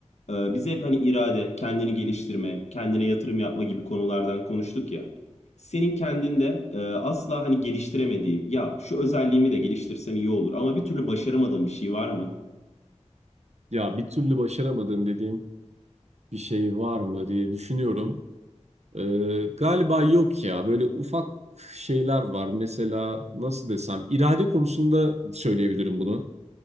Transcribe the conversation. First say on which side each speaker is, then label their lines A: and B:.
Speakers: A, on the left; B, on the right.
A: e, biz hep hani irade, kendini geliştirme, kendine yatırım yapma gibi konulardan konuştuk ya. Senin kendinde e, asla hani geliştiremediğin, ya şu özelliğimi de geliştirsem iyi olur ama bir türlü başaramadığın bir şey var mı?
B: Ya bir türlü başaramadığım dediğim bir şey var mı diye düşünüyorum. Ee, galiba yok ya. Böyle ufak şeyler var. Mesela nasıl desem irade konusunda söyleyebilirim bunu.